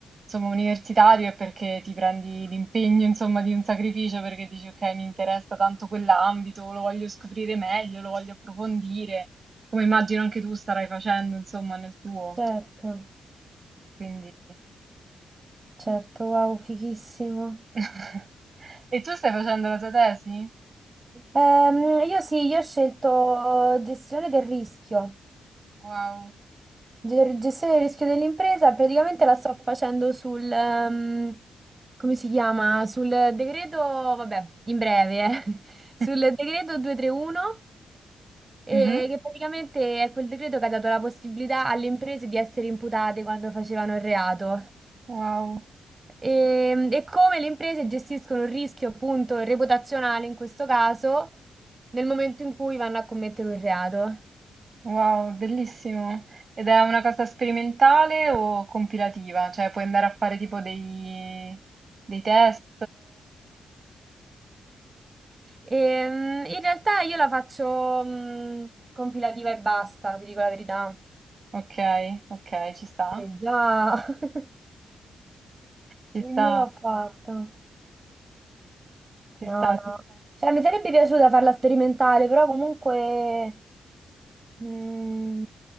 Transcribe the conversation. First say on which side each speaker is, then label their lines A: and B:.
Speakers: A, on the right; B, on the right.
A: Insomma, universitario è perché ti prendi l'impegno, insomma, di un sacrificio perché dici, ok, mi interessa tanto quell'ambito, lo voglio scoprire meglio, lo voglio approfondire, come immagino anche tu starai facendo, insomma, nel tuo.
B: Certo,
A: Quindi...
B: certo, wow, fighissimo.
A: <laughs> E tu stai facendo la tua tesi?
B: Ehm, io sì, io ho scelto gestione del rischio,
A: Wow.
B: Ge- gestione del rischio dell'impresa, praticamente la sto facendo sul, ehm, come si chiama? Sul decreto, vabbè, in breve, eh. <laughs>
A: <laughs>
B: Sul decreto 231, e
A: Mhm.
B: che praticamente è quel decreto che ha dato la possibilità alle imprese di essere imputate quando facevano il reato.
A: Wow,
B: E, e come le imprese gestiscono il rischio appunto reputazionale in questo caso nel momento in cui vanno a commettere un reato.
A: wow, bellissimo. Ed è una cosa sperimentale o compilativa? Cioè, puoi andare a fare tipo dei, dei test?
B: E, mm, in realtà io la faccio mm, compilativa e basta, ti dico la verità.
A: Ok, ok, ci sta.
B: Eh già, <laughs>
A: Ci
B: il
A: sta,
B: mio l'ho fatto.
A: ci
B: No,
A: sta,
B: no.
A: ci sta.
B: Cioè, mi sarebbe piaciuta farla sperimentale, però comunque mh,